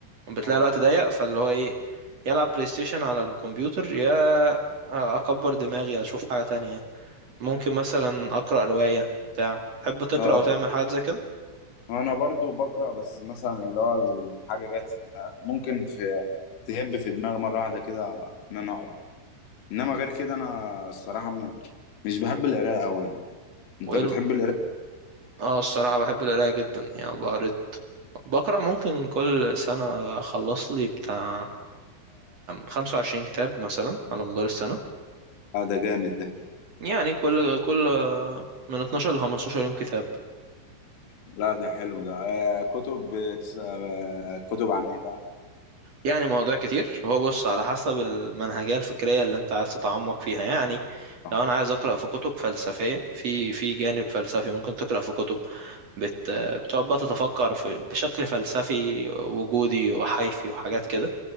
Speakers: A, on the right; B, on the left.
A: بتلاقي
B: اه
A: الوقت ضيق فاللي هو ايه يلعب بلاي ستيشن على الكمبيوتر يا اكبر دماغي اشوف حاجة تانية ممكن مثلا اقرأ رواية بتاع تحب تقرأ
B: اه
A: او تعمل حاجات زي كده
B: انا برضو بقرا بس مثلا اللي هو الحاجه جت آه، ممكن في تهب في دماغي مره واحده كده ان انا اقرا انما غير كده انا الصراحه م- مش بحب القراءه قوي يعني انت
A: وايه
B: بتحب القراءه
A: اه الصراحة بحب القراية جدا يعني بقريت بقرا ممكن كل سنة أخلص لي بتاع خمسة وعشرين كتاب مثلا على مدار السنة
B: آه، ده جامد ده
A: يعني كل كل من 12 ل 15 يوم كتاب
B: لا ده حلو ده آه كتب بتس- آه كتب عن ايه بقى
A: يعني مواضيع كتير هو بص على حسب المنهجية الفكرية اللي أنت عايز تتعمق فيها يعني
B: اه
A: لو أنا عايز أقرأ في كتب فلسفية في في جانب فلسفي ممكن تقرأ في كتب بت بتقعد بقى تتفكر في بشكل فلسفي وجودي وحيثي وحاجات كده